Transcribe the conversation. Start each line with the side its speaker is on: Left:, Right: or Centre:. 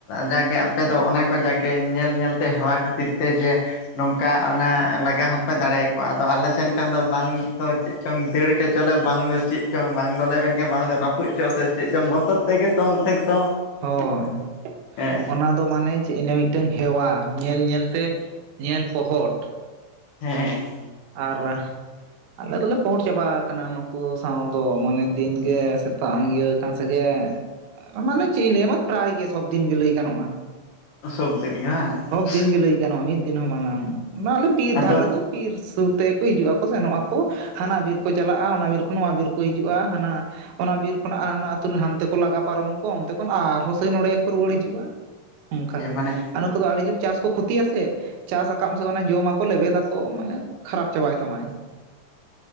Left: ᱡᱟᱜᱟᱜᱮ ᱟᱯᱮ ᱫᱚ ᱚᱱᱟ ᱠᱚ ᱡᱟᱜ ᱜᱮ ᱧᱮᱞ ᱧᱮᱞᱛᱮ ᱦᱮᱣᱟ ᱠᱷᱟᱹᱛᱤᱨ ᱛᱮ ᱡᱮ ᱱᱚᱝᱠᱟ ᱚᱱᱟ ᱞᱟᱜᱟ ᱦᱚᱸᱯᱮ ᱫᱟᱲᱮᱭᱟ ᱠᱚᱣᱟ ᱟᱫᱚ ᱟᱞᱮ ᱥᱮᱱ ᱠᱷᱟᱱ ᱫᱚ ᱵᱟᱝ ᱫᱚ ᱪᱮᱫ ᱪᱚᱝ ᱫᱟᱹᱲ ᱠᱮ ᱪᱚᱞᱮ ᱵᱟᱝ ᱫᱚ ᱪᱮᱫ ᱪᱚᱝ ᱵᱟᱝ ᱫᱚᱞᱮ ᱢᱮᱱᱠᱮ ᱵᱟᱝ ᱫᱚ ᱨᱟᱯ ᱨᱟᱹᱯᱩᱫ ᱪᱚ ᱥᱮ ᱪᱮᱫ ᱪᱚᱝ ᱢᱚᱛᱚᱛ ᱛᱮᱜᱮ ᱛᱚ ᱚᱨᱫᱷᱮᱠ ᱫᱚ
Right: ᱦᱳᱭ
Left: ᱦᱮᱸ
Right: ᱚᱱᱟ ᱫᱚ ᱢᱟᱱᱮ ᱪᱮᱫ ᱤᱧ ᱞᱟᱹᱭᱟ ᱢᱤᱫᱴᱟᱝ ᱦᱮᱣᱟ ᱧᱮᱞ ᱧᱮᱞ ᱛᱮ ᱧᱮᱞ ᱯᱚᱦᱚᱴ
Left: ᱦᱮᱸ
Right: ᱟᱨ ᱟᱞᱮ ᱫᱚᱞᱮ ᱯᱚᱦᱚᱴ ᱪᱟᱵᱟ ᱟᱠᱟᱱᱟ ᱱᱩᱠᱩ ᱥᱟᱶ ᱫᱚ ᱢᱟᱱᱮ ᱫᱤᱱ ᱜᱮ ᱥᱮᱛᱟᱜ ᱤᱭᱟᱹ ᱠᱷᱟᱱ ᱥᱮᱜᱮ ᱢᱟᱱᱮ ᱪᱮᱫ ᱤᱧ ᱞᱟᱹᱭ ᱟᱢᱟ ᱯᱨᱟᱭ ᱜᱮ ᱥᱚᱵᱫᱤᱱᱜ ᱞᱟᱹᱭ ᱜᱟᱱᱚᱜᱼᱟ ᱾
Left: ᱥᱚᱵᱫᱤᱱ ᱜᱮ ᱵᱟᱝ ᱾
Right: ᱫᱤᱱ ᱜᱮ ᱞᱟᱹᱭ ᱜᱟᱱᱚᱜᱼᱟ ᱢᱤᱫ ᱫᱤᱱ ᱦᱚᱸ ᱵᱟᱝ ᱟᱞᱮ ᱵᱤᱨ
Left: ᱟᱫᱚ
Right: ᱫᱷᱟᱨᱮ ᱫᱚ ᱵᱤᱨ ᱥᱩᱨ ᱛᱮᱠᱚ ᱦᱤᱡᱩᱜᱼᱟᱚ ᱥᱮᱱᱚᱜ ᱟᱠᱚ ᱦᱟᱱᱟ ᱵᱤᱨ ᱠᱚ ᱪᱟᱞᱟᱜᱼᱟ ᱚᱱᱟ ᱵᱤᱨ ᱠᱷᱚᱱ ᱱᱚᱣᱟ ᱵᱤᱨ ᱠᱚ ᱦᱤᱡᱩᱜᱼᱟ, ᱦᱟᱱᱟ ᱚᱱᱟ ᱵᱤᱨ ᱠᱷᱚᱱᱟᱜ ᱟᱹᱛᱩ ᱨᱮᱱ ᱦᱟᱱᱛᱮ ᱠᱚ ᱞᱟᱜᱟ ᱯᱟᱨᱚᱢ ᱠᱚᱣᱟ, ᱚᱱᱛᱮ ᱠᱷᱚᱱ ᱟᱨᱦᱚᱸ ᱥᱮᱭ ᱱᱚᱸᱰᱮ ᱜᱮᱠᱚ ᱨᱩᱣᱟᱹᱲ ᱦᱤᱡᱩᱜᱼᱟ ᱾ ᱚᱱᱠᱟᱜᱮ
Left: ᱦᱮᱸ ᱢᱟᱱᱮ
Right: ᱱᱩᱠᱩ ᱫᱚ ᱟᱹᱰᱤ ᱡᱳᱨ ᱪᱟᱥ ᱠᱚ ᱠᱷᱚᱛᱤᱭᱟ ᱥᱮ ᱪᱟᱥ ᱟᱠᱟᱫᱢ ᱥᱮ ᱚᱱᱟ ᱡᱚᱢᱟᱠᱚ ᱞᱮᱵᱮᱫᱟᱠᱚ ᱢᱟᱱᱮ ᱠᱷᱟᱨᱟᱯ ᱪᱟᱵᱟᱭ ᱛᱟᱢᱟᱭ ᱾